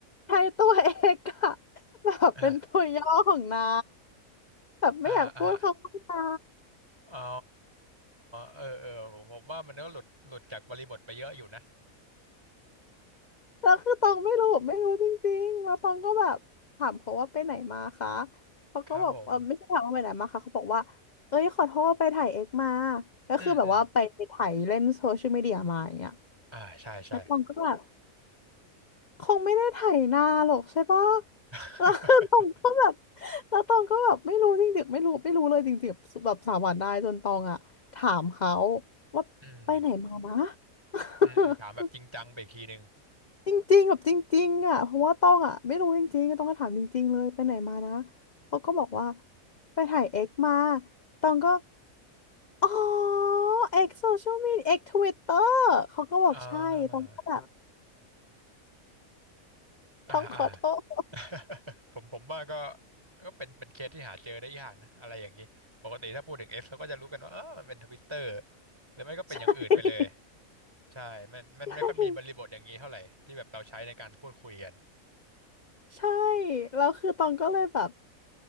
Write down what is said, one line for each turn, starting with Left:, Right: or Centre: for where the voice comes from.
Left: ใช้ตัวเอกอะ <laughs> แบบเป็นตัวย่อของนา
Right: อ่า
Left: แบบไม่อยากพูดคำว่านา
Right: อ่าอ่าอ๋อเออเออผมผมว่ามันก็หลุดหลุดจากบริบทไปเยอะอยู่นะ
Left: แล้วคือตองไม่รู้ไม่รู้จริงๆ แล้วตองก็แบบถามเขาว่าไปไหนมาคะเขาก็บอกเออไม่ใช่ถามว่าไปไหนมาคะเขาบอกว่าเอ้ยขอโทษไปถ่ายเอ็กมา
Right: ครับผม
Left: ก็คือแบบว่าไปถ่ายเล่นโซเชียลมีเดียมาอย่างเงี้ย
Right: อืมอืมอ่าใช่ใช่
Left: แล้วตองก็แบบคงไม่ได้ถ่ายนานหรอกใช่ปะ
Right: <laughs>
Left: แล้วตองก็แบบแล้วตองก็แบบไม่รู้จริงๆไม่รู้ไม่รู้เลยจริงๆแบบสามวันได้จนตองอะถามเขาว่าไปไหนมานะ
Right: อืม
Left: <laughs>
Right: อืมอืมถามแบบจริงจังไปอีกทีหนึ่ง
Left: จริงๆแบบจริงๆอ่ะเพราะว่าต้องอ่ะไม่รู้จริงๆต้องก็ถามจริงๆ เลยไปไหนมานะ เขาก็บอกว่าไปถ่ายเอ็กมาตองก็อ๋อเอ็กโซเชียลมีเอ็กทวิตเตอร์เขาก็บอกใช่ตองก็แบบ
Right: อ่าอ่าอ่า
Left: ต้องขอโทษ
Right: <laughs> ผมผมว่าก็ก็เป็นเป็นเคสที่หาเจอได้ยากนะอะไรอย่างนี้ปกติถ้าพูดถึง X เขาก็จะรู้กันว่าเออมันเป็นทวิตเตอร์หรือไม่ก็เป็นอย่างอื่นไปเลย
Left: <laughs> ใช่ <laughs>
Right: ใช่มันมันไม่ค่อยมีบริบทอย่างนี้เท่าไหร่ที่แบบเราใช้ในการพูดคุยกัน
Left: ใช่ ใช่แล้วคือตองก็เลยแบบ